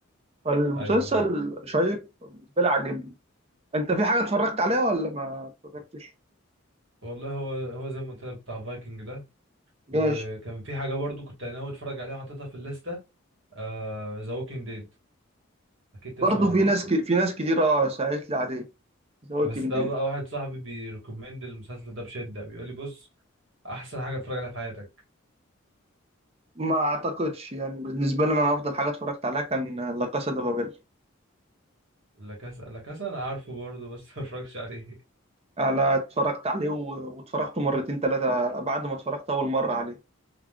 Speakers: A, on the right (about 30°); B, on the right (about 60°).
A: فالمسلسل
B: ايوه ايوه
A: شيق بالنسبة لي عاجبني انت في حاجة اتفرجت عليها ولا ما اتفرجتش؟
B: والله هو هو زي ما قلت لك بتاع فايكنج ده وكان
A: ماشي
B: في حاجه برضو كنت ناوي اتفرج عليها حاططها في الليسته ذا ووكينج ديد اكيد تسمع
A: برضه في
B: عنه
A: ناس ك... في ناس كتير اه ساعدت لي عليه ذا ووكينج
B: بس ده
A: ديد
B: بقى واحد صاحبي بيريكومند المسلسل ده بشده بيقول لي بص احسن حاجه اتفرج عليها في حياتك
A: ما اعتقدش يعني بالنسبة لي انا افضل حاجة اتفرجت عليها كان لا كاسا دي بابيل
B: لا كاسا لا كاسا انا عارفه برضه بس <laughs> ما اتفرجش عليه
A: انا اتفرجت عليه و... واتفرجته مرتين ثلاثة بعد ما اتفرجت اول مرة عليه